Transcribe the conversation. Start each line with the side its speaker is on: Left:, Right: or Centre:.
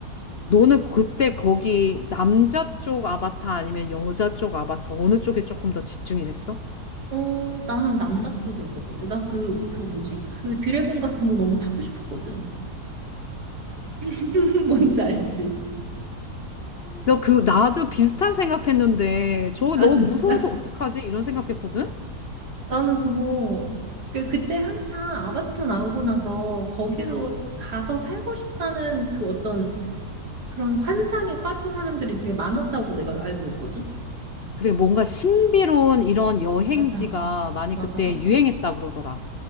Left: 너는 그때 거기 남자 쪽 아바타 아니면 여자 쪽 아바타 어느 쪽에 조금 더 집중이 됐어?
Right: 어, 나는 남자 쪽이었던 것 같아. 나 그, 그 뭐지? 그 드래곤 같은 거 너무 타고 싶었거든. <laughs> 뭔지 알지?
Left: 너 그, 나도 비슷한 생각했는데, 저거
Right: 아,
Left: 너무
Right: 진짜?
Left: 무서워서 어떡하지? 이런 생각했거든?
Right: 나는 그거, 그, 그때 한창 아바타 나오고 나서 거기로 가서 살고 싶다는 그 어떤 그런 환상에 빠진 사람들이 되게 많았다고 내가 알고 있거든?
Left: 그래, 뭔가 신비로운 이런 여행지가
Right: 맞아.
Left: 많이
Right: 맞아,
Left: 그때
Right: 맞아.
Left: 유행했다 그러더라.